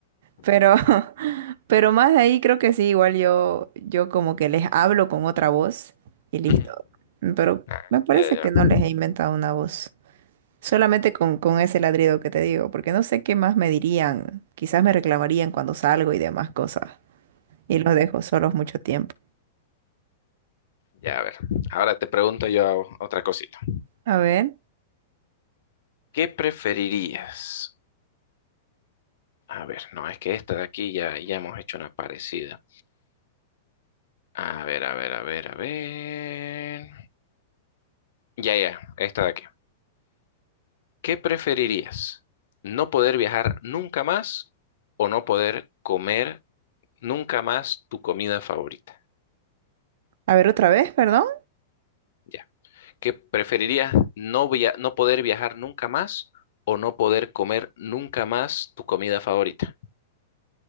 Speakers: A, on the right; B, on the left.
A: Pero, <laughs> pero más de ahí creo que sí, igual yo, yo como que les hablo con otra voz y listo.
B: Ujú.
A: Mm, Pero
B: Ah,
A: me parece
B: ya,
A: que
B: ya.
A: no les he inventado una voz. Solamente con, con ese ladrido que te digo, porque no sé qué más me dirían. Quizás me reclamarían cuando salgo y demás cosas. Y los dejo solos mucho tiempo.
B: Ya, a ver. Ahora te pregunto yo otra cosita.
A: A ver,
B: ¿Qué preferirías? A ver, no, es que esta de aquí ya, ya hemos hecho una parecida. A ver, a ver, a ver, a ver. Ya, ya, esta de aquí. ¿Qué preferirías? ¿No poder viajar nunca más o no poder comer nunca más tu comida favorita?
A: a ver otra vez, perdón.
B: Ya. ¿Qué preferirías? ¿No via- no poder viajar nunca más o no poder comer nunca más tu comida favorita?